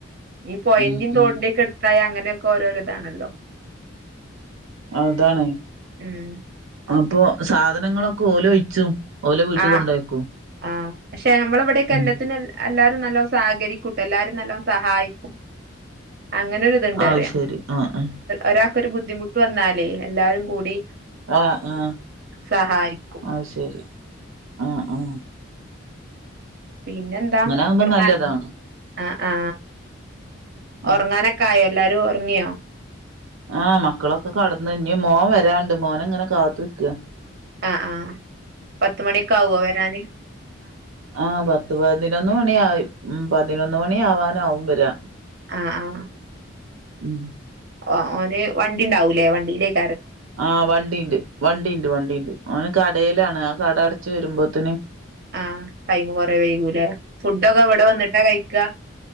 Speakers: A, on the right; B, on the right.
A: ഈ പൊയന്റിം
B: ഉം
A: തോടിന്റൊക്കെ
B: ഉം
A: എടുത്തായ അങ്ങനെയൊക്കെ ഓരോരോ ഇതാണല്ലോ?
B: അതാണ്
A: ഉം
B: അപ്പൊ സാധനങ്ങളൊക്കെ ഓല് ഒഴിച്ചും. ഓലെ വീട്ട്
A: ആ
B: കൊണ്ടോയ്ക്കും
A: ആ പക്ഷെ നമ്മളവിടൊക്കെ
B: ഉം
A: എല്ലാത്തിനും എല്ലാരും നല്ല സഹകരിക്കും എല്ലാരും നല്ലോം സഹായിക്കും. അങ്ങനെരു ഇത്ണ്ട്
B: അത്
A: പറയ
B: ശരി ആഹ് ആഹ്
A: ഒരാൾക്കൊരു ബുദ്ധിമുട്ട് വന്നാലേയ് എല്ലാരും കൂടി
B: ആ ആ
A: സഹായിക്കും
B: അയ് ശെരി ആ ആ
A: പിന്നെന്താ
B: ആകുമ്പോ
A: ഉറങ്ങാൻ
B: നല്ലതാണ്
A: ആ ആ
B: ഉം
A: ഉറങ്ങാനൊക്കെ ആയോ? എല്ലാരും ഉറങ്ങിയോ?
B: ആ മക്കളൊക്കെ കടന്നു ഞ്ഞി മോൻ വരാണ്ട് മോനെ ഇങ്ങനെ കാത്ത് നിക്ക
A: ആ ആ പത്ത് മണിക്കാവോ വെരാന്?
B: ആ പത്ത് പതിനൊന്ന് മണിയായി മം പതിനൊന്ന് മണി ആവാനാവും വെരാൻ
A: ആ ആ
B: ഉം
A: ആ ഓന് വണ്ടി ഇണ്ടാവുംലേ വണ്ടിയിലേക്ക്
B: ആ വണ്ടിയിണ്ട് വണ്ടിയിണ്ട് വണ്ടിയുണ്ട് ഓന് കടയിലാണ് ആ കട അടച്ച് വെരുമ്പോത്തിന്
A: ആ ടൈമ് കൊറെ വൈകൂല്ലേ ഫുഡൊക്കെ ഇവിടെ വന്നിട്ടാ കഴിക്ക?